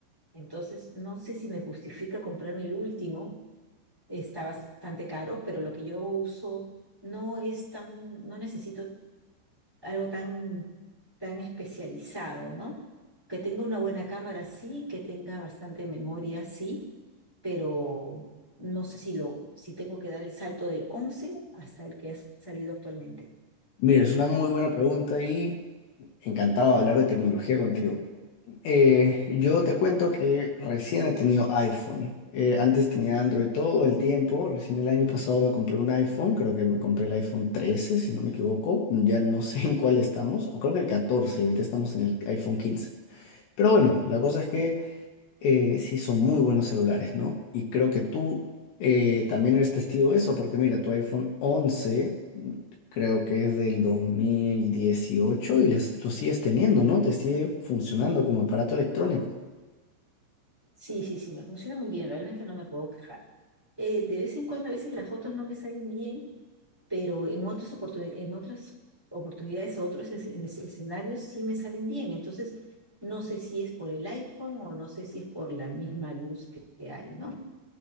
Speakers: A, in the centre; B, on the left.
A: entonces no sé si me justifica comprarme el último. Está bastante caro, pero lo que yo uso no es tan, no necesito algo tan, tan especializado, ¿no? Que tenga una buena cámara, sí, que tenga bastante memoria, sí, pero no sé si lo, si tengo que dar el salto del once hasta el que ha salido actualmente.
B: Mira, es una muy buena pregunta y encantado de hablar de tecnología contigo. Eh, yo te cuento que recién he tenido iPhone. Eh, antes tenía Android todo el tiempo. Recién el año pasado me compré un iPhone. Creo que me compré el iPhone 13, si no me equivoco. Ya no <laughs> sé en cuál estamos. O creo que el 14. Ahorita estamos en el iPhone 15. Pero bueno, la cosa es que eh, sí son muy buenos celulares, ¿no? Y creo que tú eh, también eres testigo de eso, porque mira, tu iPhone 11, mm, creo que es del 2018 y les- lo sigues teniendo, ¿no? Te sigue funcionando como aparato electrónico.
A: Sí, sí, sí, me funciona muy bien, realmente no me puedo quejar. Eh, de vez en cuando, a veces las fotos no me salen bien, pero en otras oportunidades en otras oportunidades, o otros es- en es- escenarios sí me salen bien. Entonces, no sé si es por el iPhone o no sé si es por la misma luz que, que hay, ¿no?